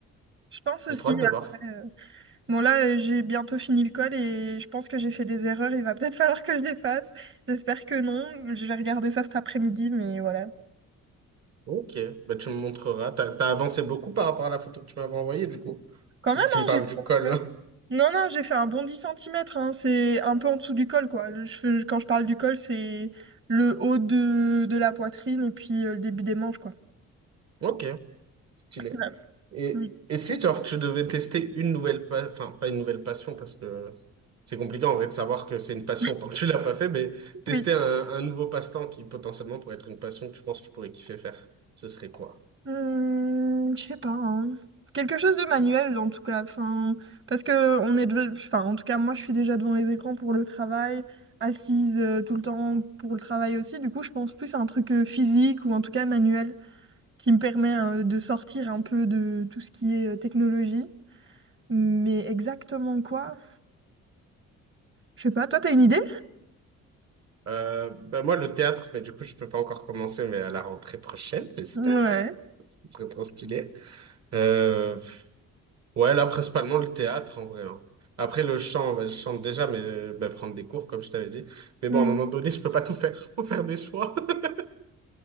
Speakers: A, on the right; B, on the right.
A: Je pense aussi,
B: J'ai trop hâte de voir.
A: après... euh, Bon, là, euh, j'ai bientôt fini le col et je pense que j'ai fait des erreurs. Il va peut-être <laughs> falloir que je les fasse. J'espère que non. Je vais regarder ça cet après-midi, mais voilà.
B: Ok, bah, tu me montreras. T'as, t'as avancé beaucoup par rapport à la photo que tu m'avais envoyée, du coup.
A: Quand même,
B: Vu que tu
A: hein,
B: me parles
A: j'ai fait...
B: du col.
A: un peu. <laughs> Non, non, j'ai fait un bon dix centimètres. hein. C'est un peu en dessous du col, quoi. Le cheveu- Quand je parle du col, c'est le haut de, de la poitrine et puis euh, le début des manches, quoi.
B: <laughs> Ok. Stylé.
A: Ouais.
B: Et,
A: Oui.
B: et si genre, tu devais tester une nouvelle pa- enfin pas une nouvelle passion parce que c'est compliqué en vrai de savoir que c'est une passion
A: <laughs>
B: tant que tu l'as pas fait, mais tester
A: Oui.
B: un, un nouveau passe-temps qui potentiellement pourrait être une passion que tu penses que tu pourrais kiffer faire, ce serait quoi?
A: Hmm, je sais pas. hein. Quelque chose de manuel en tout cas. Enfin, parce que on est, de- enfin, en tout cas, moi, je suis déjà devant les écrans pour le travail, assise euh, tout le temps pour le travail aussi. Du coup, je pense plus à un truc euh, physique ou en tout cas manuel qui me permet euh, de sortir un peu de tout ce qui est euh, technologie. Mais exactement quoi? Je sais pas. Toi, t'as une idée?
B: Euh, ben moi le théâtre, mais du coup je peux pas encore commencer, mais à la rentrée prochaine, j'espère.
A: Ouais.
B: <laughs> Ce serait trop stylé. Euh, Ouais, là, principalement le théâtre, en vrai. hein. Après, le chant, bah, je chante déjà, mais euh, bah, prendre des cours, comme je t'avais dit. Mais
A: Hmm.
B: bon, à un moment donné, je peux pas tout faire. <laughs> Faut faire des choix. <laughs>